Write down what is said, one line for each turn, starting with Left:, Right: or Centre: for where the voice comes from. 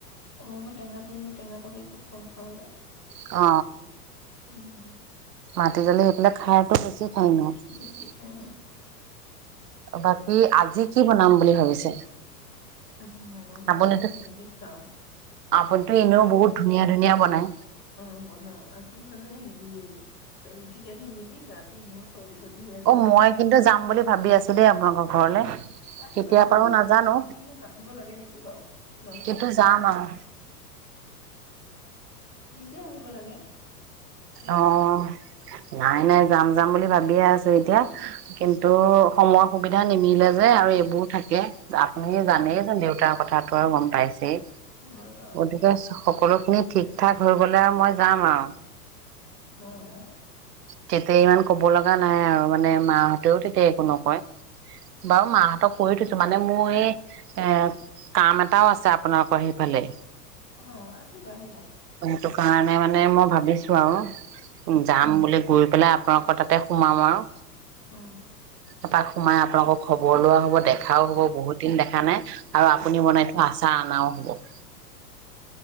Left: অ মই টেঙাটো এনেও টেঙা তৰকাৰী খুব কম খাওঁ। যে
Right: অ
Left: উম
Right: মাটি জালী সেইফালে খাৰটো বেছি। হয় ন
Left: বেছি খাই
Right: বাকী আজি কি
Left: উম
Right: বনাম বুলি ভাবিছে?
Left: আজি মঙ্গলবাৰে
Right: আপুনিতো
Left: আমি নিৰামিষ খাওঁ।
Right: আপুনিতো এনেও
Left: তথাপিতো
Right: বহুত ধুনীয়া ধুনীয়া বনাই।
Left: অ বনাও আজি মানে হেৰি। ৰুটিকে দিম নেকি গাটো এনেও চৰ্দি তৰ্দি হৈ আছে
Right: অ
Left: যে
Right: মই কিন্তু যাম বুলি ভাবি আছো দেই আ আপোনোকৰ ঘৰলে।
Left: আহিবা
Right: কেতিয়া
Left: আহিবা
Right: পাৰো নাজানো
Left: মই বোলো মাতিব লাগে নেকি বাৰু তোমালোকক।
Right: কিন্তু যাম আৰু।
Left: নিজে আহিব লাগে।
Right: অ', নাই, নাই। যাম, যাম বুলি ভাবিয়েই আছোঁ এতিয়া, কিন্তু সময় সুবিধা নিমিলে যে, আৰু এইবোৰ থাকে। আপুনি
Left: উম
Right: জানেইচোন, দেউতাৰ কথাত থোৱাও গম পাইছ <unintelligible>
Left: সেইটো হয় বাৰু
Right: গতিকে চহ সকলোখিনি ঠিক-ঠাক হৈ গ'লে, আৰু মই যাম, আৰু
Left: অ'আ।
Right: তেতিয়া ইমান ক'ব লগা নাই আৰু, মানে, মাহঁতেও তেতিয়া একো নকয়। বাৰু, মাহঁতক কৈয়েই থৈছ ত', মানে, মোৰ এই, এ, কাম এটাও আছে আপোনালোকৰ সেইফালে
Left: অ', আহিবা, আহিবা।
Right: টো কাৰণে মানে, মই ভাবিছোঁ, আৰু উম, যাম বুলি। গৈ পেলাই, আপোনালোকৰ তাতে সোমাম, আৰু
Left: অ'।
Right: এপাক সোমাই, আপোনালোকৰ খবৰ লোৱাও হ'ব। দেখাও হ'ব, বহুত দিন দেখা নাই। আৰু আপুনি
Left: অ
Right: বনাই থোৱা আচাৰ আনাওহ। <inaudible>